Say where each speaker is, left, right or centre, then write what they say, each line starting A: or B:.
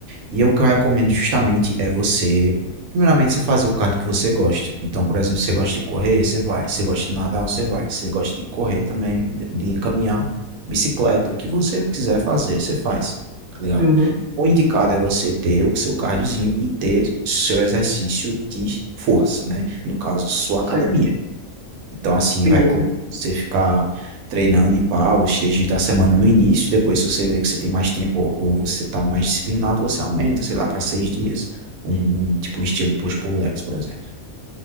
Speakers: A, on the right (about 80°); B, on the right (about 60°).
A: E o que eu recomendo justamente é você, primeiramente, você fazer o cardio que você gosta. Então, por exemplo, se você gosta de correr, você vai. Se você gosta de nadar, você vai. Se você gosta de correr também, de de caminhar, bicicleta, o que você quiser fazer, você faz. Tá ligado?
B: Uhum,
A: O indicado é você ter o seu cardiozinho e ter seu exercício de força, né? No caso, sua academia.
B: certo.
A: Então, assim,
B: Beleza.
A: eu recomendo você ficar treinando e pá, os três dias da semana no início. Depois, se você vê que você tem mais tempo ou você tá mais disciplinado, você aumenta, sei lá, para seis dias. Um, um- tipo um estilo push pull legs, por exemplo.